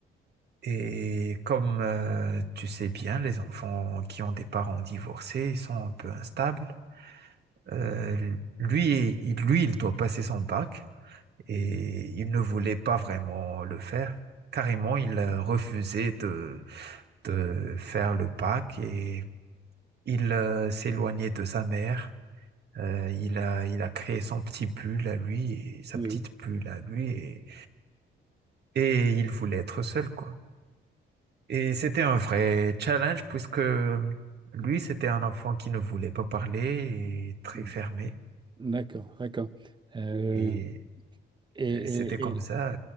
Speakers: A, on the right (about 55°); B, on the right (about 25°).
A: Et comme euh, tu sais bien, les enfants qui ont des parents divorcés, ils sont un peu instables. Euh, lui, il, lui, il doit passer son bac et il ne voulait pas vraiment le faire. Carrément, il euh, refusait de, de faire le bac et il euh, s'éloignait de sa mère. Euh, il a, il a créé son petit pull à lui et sa
B: oui.
A: petite pull à lui et, et il voulait être seul, quoi. Et c'était un vrai challenge puisque lui, c'était un enfant qui ne voulait pas parler et très
B: Mm.
A: fermé.
B: D'accord, d'accord. Euh,
A: Et
B: et,
A: euh, c'était comme
B: et-
A: ça.